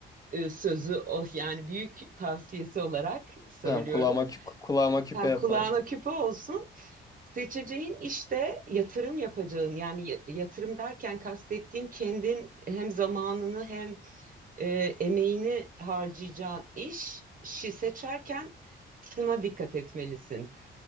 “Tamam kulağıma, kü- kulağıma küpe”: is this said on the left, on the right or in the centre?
Left